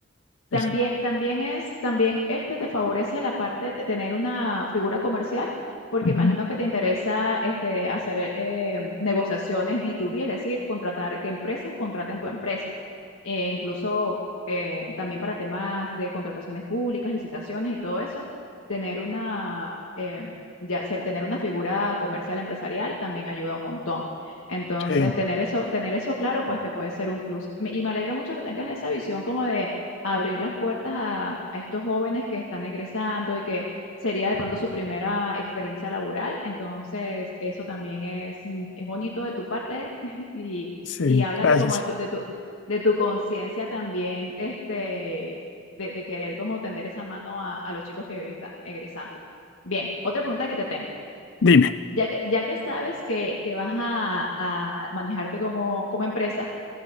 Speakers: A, on the left; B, on the left.
A: También,
B: el sen-
A: también es, también este te favorece la parte de tener una figura comercial, porque
B: Ujú.
A: imagino que te interesa este, hacer eh, negociaciones B2B, es decir, contratar que empresas contraten tu empresa. Eh, incluso eh, también para temas de contrataciones públicas, licitaciones y todo eso, tener una, eh, ya, ser- tener una figura comercial empresarial también ayuda un montón. Entonces,
B: Sí,
A: tener eso, tener eso claro, pues te puede ser un plus. Me- Y me alegra mucho que tengas esa visión como de abrir las puertas a, a estos jóvenes que están egresando y que sería de pronto su primera experiencia laboral. Entonces, eso también es, mm, es bonito de tu parte <laughs> y,
B: sí,
A: y habla
B: gracias.
A: de como de tu, de tu, de tu conciencia también, este, de, de querer como tender esa mano a, a los chicos que están egresando. Bien, otra pregunta que te tengo.
B: Dime.
A: Ya que, ya que sabes que, que vas a, a manejarte como, como empresa,